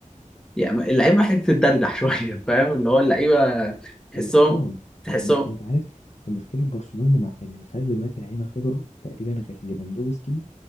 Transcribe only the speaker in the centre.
يعني اللعيبه محتاجه تتدردح <laughs> شويه فاهم اللي هو اللعيبه تحسهم
تحسهم